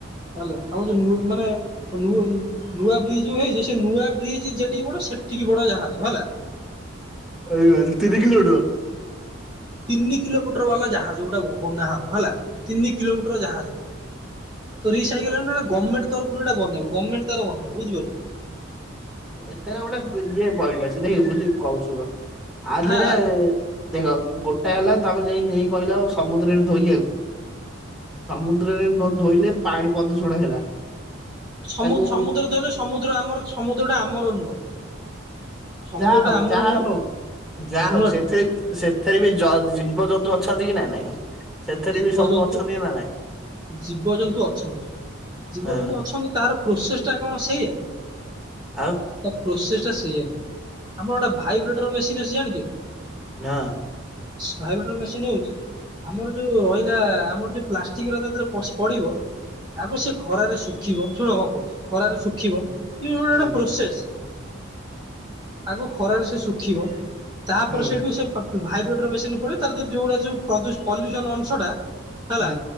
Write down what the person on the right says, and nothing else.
ହ୍ୟାଲୋ। ଆମର ଯୋଉ ନୁ ମାନେ ନୁ ଆଉ ନୂଆ ବ୍ରିଜ ଯୋଉ ହେଇଚି। ସେ ନୂଆ ବ୍ରିଜ ଯେଡିକି ବଡ ସେତିକି ବଡ ଜାହାଜ ହେଲା।
ତିନି କିଲୋମିଟର ବାଲା ଜାହାଜ ଗୋଟା ବ ବନା ହବ ହେଲା। ତିନି କିଲୋମିଟର
ଜାହାଜ
ରିସାଇକେଲ
ତ ନା ଗମେଣ୍ଟ ତରଫୁରୁ ଏଇଟା ବନେଇବ। ଗମେର୍ଣ୍ଟ ତାର ବନେଇବ ବୁଝିପାରୁଚୁ?
ହା
ଉଁ।
ସମୁ-ସମୁ-ସମୁଦ୍ର
ଧୋଇଲେ ସମୁଦ୍ର ଆମର ସମୁଦ୍ରଟା ଆମର ନୁହଁ। ସମୁଦ୍ର
ଟା ଆମର
ନୁହଁ
ଶୁଣ
ଟିକେ
ଜୀବଜନ୍ତୁ
ଜୀବଜନ୍ତୁ ଅଛନ୍ତି। ଜୀବଜନ୍ତୁ
ଅଛନ୍ତି। ତାର ପ୍ରୋସେସଟା କଣ ସେଇଆ?
ତା ପ୍ରୋସେସଟା ସେଇଆ ନୁହେଁ। ଆମର ଗୋଟେ ଭାଇବ୍ରେଟର ମେସିନ୍ ଅଛି ଜାଣିଚ ଟି?
ଭାଇବେଟର ମେସିନ ଆଉଚି। ଆମର ଯୋଉ ରହିଲା। ଆମର ଯୋଉ ପ୍ଲାଷ୍ଟିକ ଗୁରା ତା ଦେହରେ ପସ୍ ପଡ଼ିବ। ତାକୁ
ସେ ଖରାରେ ଶୁକ୍ ଖିବ ଶୁଣ କଣ କହୁଚି ଖରାରେ ଶୁଖିବ
ଇଏ ଗୋଟା
ଗୋଟା ପ୍ରୋସେସ। ଆଗ ଖରାରେ ସେ ଶୁଖିବ ତା
ପରେ ସେଇଠୁ ସେ ପେପ୍ ଭାଇବ୍ରେଟର ମେସିନରେ ପଡିବ। ତାର ତ ଯୋଉ ଗୁଡ଼ା ଯୋଉ ପ୍ରଦୁ ପଲ୍ୟୁସନ ଅଂଶଟା ହେଲା